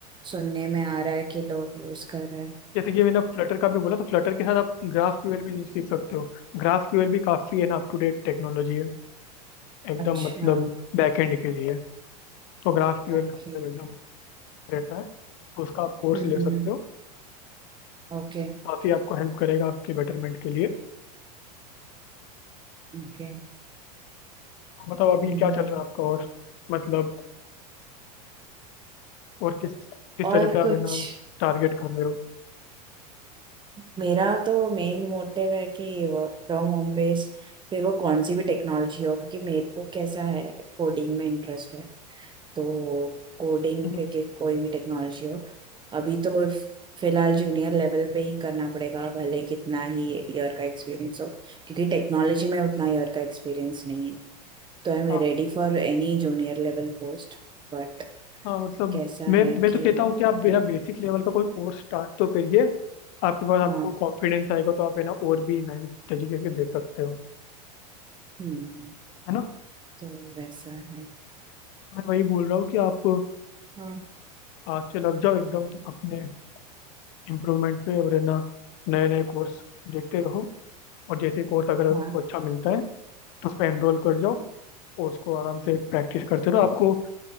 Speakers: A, on the right; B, on the left.
A: सुनने में आ रहा है कि लोग यूज कर रहे हैं
B: जैसे कि मैंने फ्लटर का भी बोला तो फ्लटर के साथ आप ग्राफ क्यूएल भी सीख सकते हो ग्राफ क्यूएल भी काफ़ी है ना अप टू डेट टेक्नोलॉजी है एकदम
A: अच्छा
B: मतलब बैकएंड के लिए तो ग्राफ क्यूएल
A: ओके
B: का मतलब एकदम रहता है तो उसका आप कोर्स
A: हम्म
B: ले
A: हम्म
B: सकते
A: हम्म
B: हो
A: ओके
B: काफ़ी आपको हेल्प करेगा आपके बेटरमेंट के लिए
A: ओके हम्म
B: और बताओ अभी
A: हम्म,
B: क्या
A: हम्म।
B: चल रहा है आपका और मतलब और किस किस
A: और
B: तरह पे
A: कुछ
B: आप है ना टारगेट कर रहे हो
A: मेरा तो मेन मोटिव है कि ये वर्क फ्रॉम होम बेस फिर वो कौन सी भी टेक्नोलॉजी हो क्योंकि मेरे को कैसा है कोडिंग में इंटरेस्ट है तो कोडिंग
B: हम्म।
A: फिर कि- कोई भी टेक्नोलॉजी हो अभी तो फ- फिलहाल जूनियर लेवल पे ही करना पड़ेगा भले कितना ही ईयर का एक्सपीरियंस हो क्योंकि टेक्नोलॉजी में उतना ईयर का एक्सपीरियंस नहीं है तो I am
B: हाँ
A: ready
B: बिल्कुल
A: for any junior level post but
B: हाँ मतलब
A: कैसा
B: मैं
A: है
B: मैं
A: कि
B: तो कहता हूँ कि आप बिना बेसिक लेवल का कोई कोर्स स्टार्ट तो करिए आपके पास आपको
A: हाँ
B: कॉन्फिडेंस आएगा तो आप है ना और भी नए तरीके के देख सकते हो
A: हम्म
B: है ना
A: तो वैसा है
B: मैं वही बोल रहा हूँ कि आप
A: हाँ
B: आज से लग जाओ एकदम अपने इम्प्रूवमेंट पे और है ना नए नए कोर्स देखते रहो और जैसे कोर्स अगर आपको
A: हाँ
B: अच्छा मिलता है तो उस पर एनरोल कर जाओ और उसको आराम से प्रैक्टिस करते रहो आपको